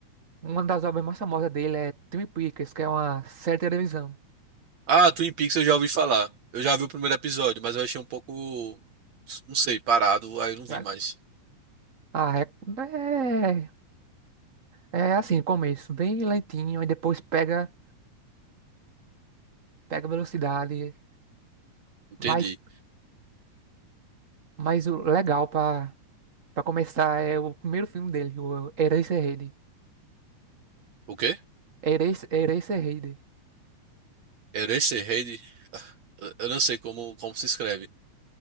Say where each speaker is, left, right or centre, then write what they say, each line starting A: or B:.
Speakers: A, on the right; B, on the right.
A: uma das obras mais famosas dele é Twin Peaks, que é uma série de televisão.
B: Ah, Twin Peaks eu já ouvi falar. Eu já vi o primeiro episódio, mas eu achei um pouco, não sei, parado, aí eu não vi
A: sabe?
B: mais.
A: Ah, é, é, é assim, começo bem lentinho, e depois pega, pega velocidade.
B: Entendi.
A: Mas, mas o legal pra, pra começar é o primeiro filme dele, o Eraserhead.
B: O quê?
A: Eras, Eraserhead.
B: Eraserhead? Eu eu não sei como, como se escreve.